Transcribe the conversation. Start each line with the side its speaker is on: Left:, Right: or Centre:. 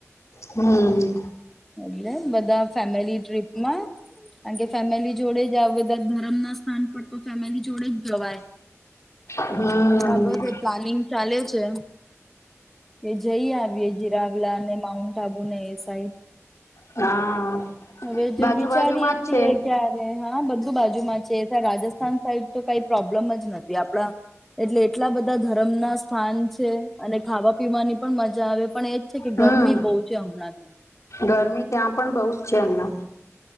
Left: હમ્મ.
Centre: વાગય બધા. ફેમિલી ટ્રીપ માં. કાર કે ફેમિલી જોડે જઓ બધા ધરમ ના સ્થાન. પણ, તો ફેમિલી જોડે જ જવાય
Left: હમ્મ
Centre: હમણાં બસ એ પ્લાનિંગ ચાલે છે. એ, જઈ આવીએ જીરાવલા અને માઉન્ટ આબુને એ સાઈડ.
Left: હા.
Centre: હવે, જો
Left: બાજુ
Centre: વિચારીએ
Left: બાજુમાં જ
Centre: છીએ
Left: છે.
Centre: ક્યારે હા બધું. બાજુમાં છે. રાજસ્થાન સાઈડ તો કંઈક પ્રોબ્લેમ જ નથી આપડા એટલે એટલા બધા ધર્મ ના સ્થાન અને ખાવા પીવાની પણ મજા આવે પણ એ છે, કે
Left: હમ્મ
Centre: ગરમી બહુ છે હમણાં ત્યાં.
Left: ગરમી ત્યાં પણ બહુ જ છે એમને.